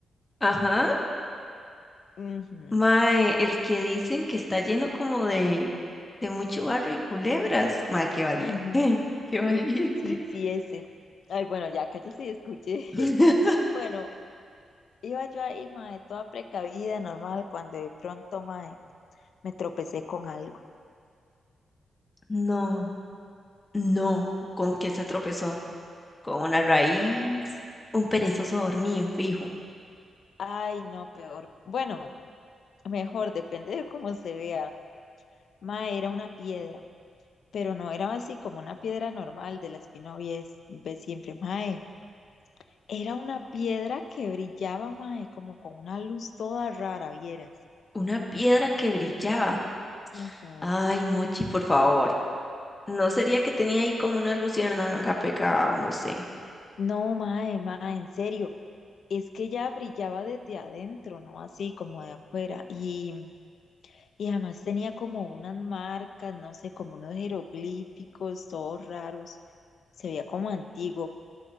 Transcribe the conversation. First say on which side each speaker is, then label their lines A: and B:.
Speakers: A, on the left (about 25°); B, on the left (about 70°).
A: ajá.
B: Ujú,
A: Mae, el que dicen que está lleno como de, de mucho barro y culebras. Mae, qué valiente,
B: ujú.
A: <laughs> qué valiente.
B: Sí, sí, ese. Ay, bueno, ya cállese y escuche.
A: <laughs>
B: <laughs> Bueno, Iba yo ahí, mae, toda precavida, normal, cuando de pronto, mae, me tropecé con algo.
A: No, no, ¿con quién se tropezó? con una raíz, un perezoso dormido, fijo,
B: Ay, no, peor. Bueno, mejor, depende de cómo se vea. Mae, era una piedra, pero no era así como una piedra normal de las que uno ve, ve siempre, mae. Era una piedra que brillaba, mae, como con una luz toda rara, vieras.
A: una piedra que brillaba.
B: Ujú.
A: Ay, Mochi, por favor. ¿No sería que tenía ahí como una luciérnaga pegada o no sé?
B: No, mae, mae, en serio. Es que ya brillaba desde adentro, no así como de afuera. Y. Y además tenía como unas marcas, no sé, como unos jeroglíficos, todos raros. Se veía como antiguo.